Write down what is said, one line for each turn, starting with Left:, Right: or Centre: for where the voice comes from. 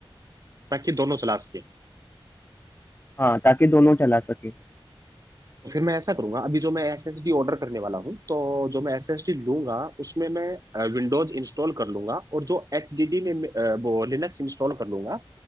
Right: ताकि दोनों चला सके
Left: हाँ ताकि दोनों चला सके
Right: तो फिर मैं ऐसा करूंगा अभी जो मैं एसएसडी ऑर्डर करने वाला हूँ तो जो मैं एसएसडी लूंगा उसमें मैं विंडोज इंस्टॉल कर लूंगा और जो एचडीडी में मैं, अ, वो लिनक्स इंस्टॉल कर लूंगा